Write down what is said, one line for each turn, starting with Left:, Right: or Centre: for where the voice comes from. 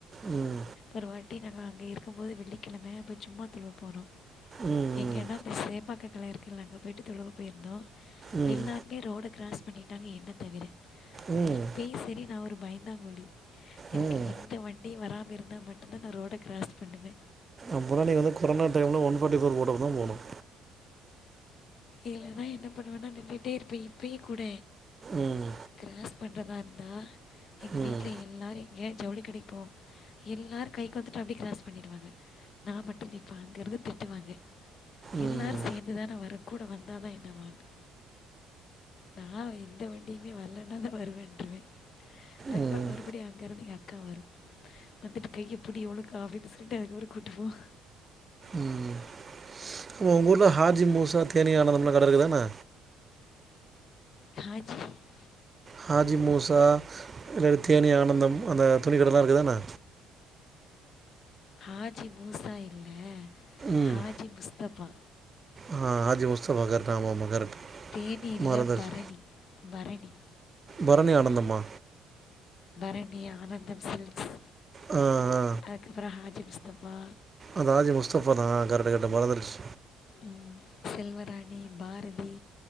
Right: ம்
Left: ஒரு வாட்டி நாங்க அங்க இருக்கும் போது வெள்ளிக்கெழம போய் சும்மா துலுவ போனோ
Right: ம்
Left: எங்கன்னா அந்த சேப்பாக்கத்தில இருக்கு இல்ல அங்க போயிட்டு தொழக போயிந்தோ
Right: ம்
Left: எல்லா பே ரோட க்ராஸ் பண்ணிட்டாங்க என்னத் தவிர
Right: ம் ம்
Left: இப்பயு சரி நா ஒரு பயந்தாங்ககோழி எனக்கு
Right: ம்
Left: இ எந்த வண்டியு வராம இருந்தா மட்டுந்தா நா ரோட கிராஸ் பண்ணுவே
Right: அப்பன்னா நீ வந்து கொரோணா டைம்ல் ஒன்ஃபாட்டி ஃபோர் போட்டப்ப தா போணும்
Left: இல்லன்னா என்ன பண்ணுவேன்னா நின்னுட்டே இருப்பே இப்பயே கூட
Right: ம்
Left: கிராஸ் பண்றதா இருந்தா எங்க
Right: ம்
Left: வீட்ல எல்லாரையு ஏ ஜவுளி கடைக்கு போம் எல்லாரும் கை கொத்துட்டு அப்டியே கிராஸ் பண்ணிடுவாங்க நா மட்டும் நிப்ப அங்க இருந்து திட்டுவாங்க
Right: ம்
Left: எல்லாரும் சேந்துதான வற கூட வந்தாதா என்னவான்னு நா எந்த வண்டியுமே வரலன்னா தா வருவேன்றுவே அதுக்கப்பறோ
Right: ம்
Left: மறுபடி அங்க இருந்து எங்க அக்கா வரும் வந்துட்டு கைய புடி ஒழுங்கா அப்டின்னு சொல்ட்டு அதுக்கப்பறோ கூட்டுபோகும்
Right: ம் ஆ உங்க ஊர்ல ஹாஜிமூசா தேனீ ஆனந்தம்ல்லா கட இருக்குதான
Left: <unintelligible>
Right: ஹாஜி மூசா இல்ல தேனி ஆனந்தம் அந்த துணி கடலா இருக்குதானா
Left: ஹாஜி மூசா இல்ல
Right: ம்
Left: ஹாஜி முஸ்தபா
Right: ஆ ஆஜி முஸ்தப கரெக்ட் ஆம ஆமா கரெக்ட்
Left: தேனீல
Right: மறந்துருச்சு
Left: பரணி பரணி
Right: பரணி ஆனந்தம்மா
Left: பரணி ஆனந்தம் சில்க்ஸ்
Right: ஆ ஆ
Left: அதுக்கப்புற ஹாஜி முஸ்தப்பா
Right: அ ஹாஜி முஸ்தஃபா தா கரக்ட்டு கரக்ட்டு மறந்துருச்சு
Left: ம் செல்வராணி பாரதி